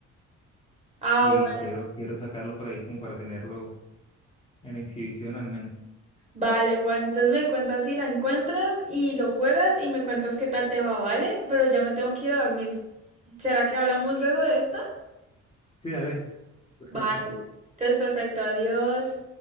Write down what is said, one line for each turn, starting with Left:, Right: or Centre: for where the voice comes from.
Right: Ah,
Left: Y
Right: bueno,
Left: quiero, quiero sacarlo por ahí como para tenerlo en exhibición al menos.
Right: vale, Juan, entonces me cuentas si la encuentras y lo juegas y me cuentas qué tal te va, ¿vale? Pero ya me tengo que ir a dormir. ¿Será que hablamos luego de esta?
Left: Sí, dale, perfecto.
Right: Vale. Entonces, perfecto, adiós.